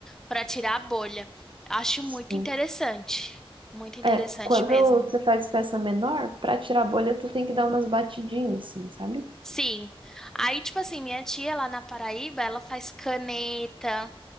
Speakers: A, in the centre; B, on the right.
A: pra tirar a bolha. Acho
B: Sim.
A: muito interessante. Muito interessante
B: É, quando
A: mesmo.
B: você faz peça menor, pra tirar a bolha, tu tem que dar umas batidinhas, assim, sabe?
A: Sim. Aí, tipo assim, minha tia lá na Paraíba, ela faz caneta.